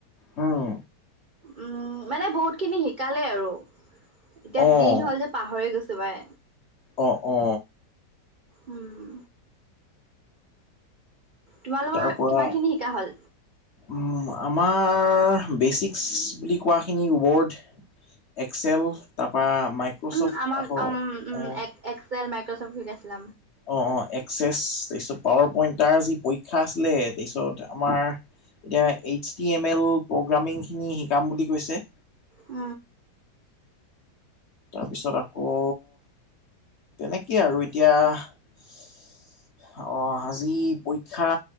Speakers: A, on the left; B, on the right.
A: উম
B: উম মানে বহুত খিনি শিকালে আৰু, এতিয়া
A: অ',
B: দিন হ'ল যে পাহৰি গৈছ। চবাই।
A: অ অ।
B: উম। তোমালোকৰ
A: তাৰ পৰা
B: কিমান খিনি শিকা হ'ল
A: উম। আমাৰ বেচিক্স বুলি কোৱাখিনি বৰ্ড। এক্সেল তাৰপা। মাইক্ৰ'চফ্ট
B: উম আমাক
A: আকৌ
B: উম উম
A: অ',
B: এক্সেল মাইক্ৰচফ্ট শিকাই আছিল।
A: অ অ এক্সেছ তাৰপিছত পাৱাৰ পইণ্টাৰ যি পৰীক্ষা আছিলে তাৰপিছত আমাৰ। এতিয়া H T M L programming খিনি শিকাম বুলি কৈছে।
B: উ।
A: তাৰপিছত আকৌ, তেনেকেই আৰু এতিয়া। হয়। অঁ আজি পৰীক্ষা